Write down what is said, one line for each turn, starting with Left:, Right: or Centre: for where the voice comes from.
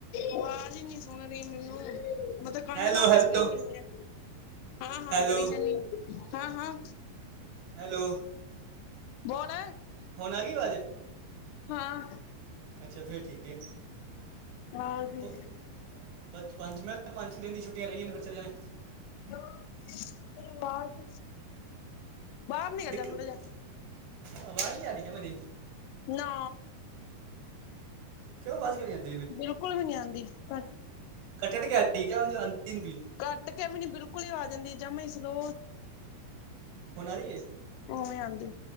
Left: ਆਵਾਜ਼ ਇਨੀ ਸੁਣ ਰਹੀ ਮੈਨੂੰ ਮਤਲਬ ਕੰਨ
Right: ਹੈਲੋ
Left: ਲਾ ਕੇ
Right: ਹੈਲੋ
Left: ਸੁਣੀ ਜਾਂਦੇ ਆ। ਹਾਂ, ਹਾਂ
Right: ਹੈਲੋ
Left: ਕਰੀ ਜਾਂਦੀ ਹਾਂ, ਹਾਂ
Right: ਹੈਲੋ
Left: ਬੋਣ।
Right: ਹੋਨ ਆ ਗੀ ਵਾਜ਼।
Left: ਹਾਂ।
Right: ਅੱਛਾ ਫਿਰ ਠੀਕ ਹੈ
Left: ਹਾਂ ਤੇਰੀ
Right: ਹੋ ਬ ਪੰਜ ਮੈਂ ਪੰਜ ਛੇੇ ਦਿਨ ਦੀ ਛੁੱਟਟੀਆਂ ਰਹਿ ਗਈਆਂ ਨੇ ਫਿਰ ਚਲੇ ਜਾਣੇ।
Left: <unintelligible> ਪਾਰਕ ਬਾਹਰ ਨੀਕਲ
Right: ਦਿੱਕਤ
Left: ਜਾ ਥੋੜਾ ਜਿਹਾ।
Right: ਆਵਾਜ਼ ਨਹੀਂ ਆ ਰਹੀ ਕਿ ਮੇਰੀ
Left: ਨੌ।
Right: ਕਿਉ ਵਜ਼ ਗ ਜਾਂਦੀ <unintelligible>
Left: ਬਿਲਕੁਲ ਵੀ ਨੀ ਆਉਂਦੀ ਕਾ
Right: ਕੱਠੇ ਢਕ ਠੀਕ ਆ ਹੁਣ ਜਾਂਦੀ ਨੀ ਪਈ।
Left: ਕੱਟ ਕੇ ਵੀ ਨੀ ਬਿਲਕੁਲ ਹੀ ਆ ਜਾਂਦੀ ਜਮ ਸਲੋ।
Right: ਹੋਣਾ ਹੀ ਹੈ
Left: ਉਵੇਂ ਆਉਂਦੀ